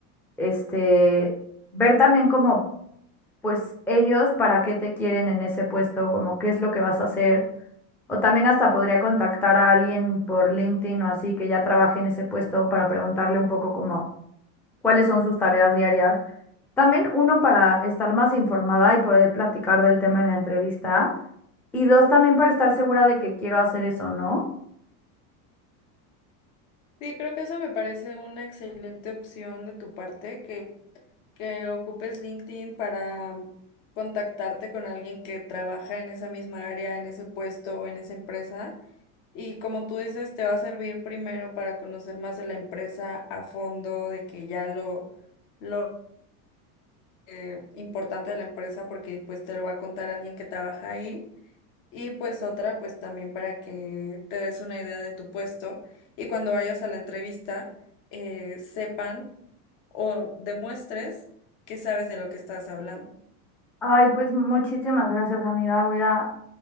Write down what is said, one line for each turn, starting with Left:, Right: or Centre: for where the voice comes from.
Centre: este, ver también como, pues ellos para qué te quieren en ese puesto, como qué es lo que vas a hacer. O también hasta podría contactar a alguien por LinkedIn o así que ya trabaje en ese puesto para preguntarle un poco como cuáles son sus tareas diarias. También uno para estar más informada y poder platicar del tema en la entrevista. Y dos, también para estar segura de que quiero hacer eso, ¿no?
Left: Sí, creo que eso me parece una excelente opción de tu parte, que, que ocupes LinkedIn para contactarte con alguien que trabaja en esa misma área, en ese puesto o en esa empresa. Y como tú dices, te va a servir primero para conocer más de la empresa a fondo, de que ya lo, lo eh, importante de la empresa, porque pues te lo va a contar alguien que trabaja ahí. Y pues otra, pues también para que te des una idea de tu puesto y cuando vayas a la entrevista eh, sepan o demuestres que sabes de lo que estás hablando.
Centre: Ay, pues muchísimas gracias, amiga. Voy a,